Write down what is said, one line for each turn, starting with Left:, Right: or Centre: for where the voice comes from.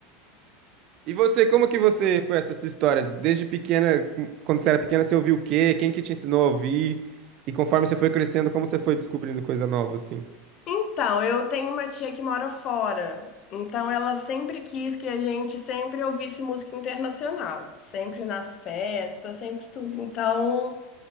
Right: E você, como que você foi essa sua história? Desde pequena, quando você era pequena, você ouviu o quê? Quem que te ensinou a ouvir? E conforme você foi crescendo, como você foi descobrindo coisa nova, assim?
Left: Então, eu tenho uma tia que mora fora. Então, ela sempre quis que a gente sempre ouvisse música internacional, sempre nas festas, sempre tudo. Então,